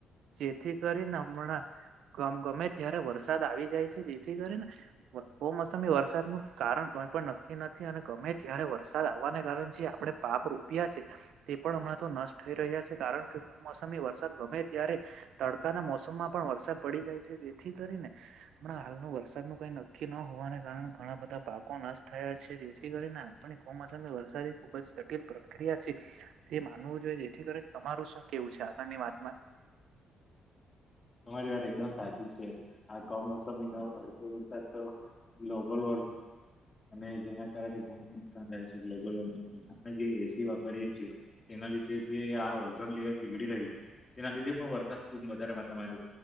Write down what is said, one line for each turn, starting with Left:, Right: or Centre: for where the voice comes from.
Right: જેથી કરીને હમણાં. ગમ ગમે ત્યારે વરસાદ આવી જાય છે જેથી કરીને કમોસમી વરસાદનું. કારણ કઈ પણ નક્કી નથી અને ગમે ત્યારે વરસાદ આવવાને કારણે જે આપણે પાપ રૂપ્યા છે. પણ હમણાં તો નષ્ટ થઈ રહ્યા છે કારણ કમોસમી વરસાદ ગમે ત્યારે તડકાના મોસમમાં પણ વરસાદ પડી જાય છે જેથી કરીને. હમણા હાલ નું વરસાદ નું કઈ. કી ન હોવાને કારણે ઘણા બધા પાકો નષ્ટ થયા છે જેથી કરીને આપણે. કમોસમી વરસાદી ખુબ જ જટિલ પ્રક્રિયા છે તે માનવું જોઈએ જેથી કરીને તમારું શું. એવું છે આગળની વાતમાં.
Left: તમારી વાત એકદમ સાચી છે આ કમોસમી ન અડધો વરસાદ તો લોબલ. ના કારણેું નુકસાન થાય છે ગ્લોબલ વોર્મિંગ આપણે જે એસી વાપરીએ છીએ. એ લીધે જે આ ઓઝોન લેયર પીગળ રહી છે તેના લીધે પણ વરસાદ ખુબ વધારે. તમારી